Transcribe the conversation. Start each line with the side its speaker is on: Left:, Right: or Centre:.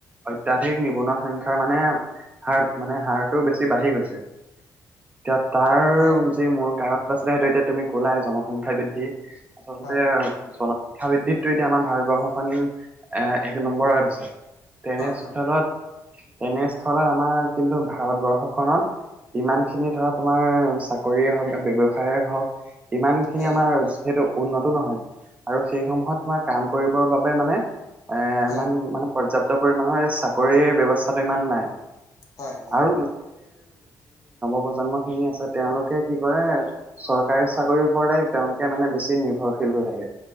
Right: অত্যধিক নিবনুৱা সংখ্যা মানে হাৰ মানে হাৰটো বেছি বাঢ়ি গৈছে। এতিয়া তাৰ
Left: হয়
Right: যি মূল কাৰণ আছিলে সেইটো এতিয়া তুমি কলাই জনসংখ্যা বৃদ্ধি আচলতে
Left: হয়
Right: জনসংখ্যা বৃদ্ধিতটো এতিয়া আমাৰ ভাৰতবৰ্ষখন এ এক নম্বৰত আছে। তেনেস্থলত
Left: হয়
Right: তেনেস্থলত আমাৰ কিন্তু ভাৰতবৰ্ষখনত ইমান খিনি ধৰা তোমাৰ চাকৰিয়ে হওক বা ব্যৱসায়ে হওক ইমানখিনি
Left: হয়
Right: আমাৰ যিহেতু উন্নত নহয় আৰু সেই সময়ত তোমাৰ কাম কৰিবৰ বাবে মানে এ
Left: হয়
Right: ইমান মানে পৰ্যাপ্ত পৰিমাণৰ চাকৰিৰ ব্যৱস্থাটো ইমান নাই
Left: হয় হয়
Right: আৰু <unintelligible> প্ৰজন্ম খিনি আছে তেওঁলোকে কি কৰে চৰকাৰী চাকৰিৰ ওপৰতে তেওঁলোকে মানে বেছি নিৰ্ভৰশীল হৈ থাকে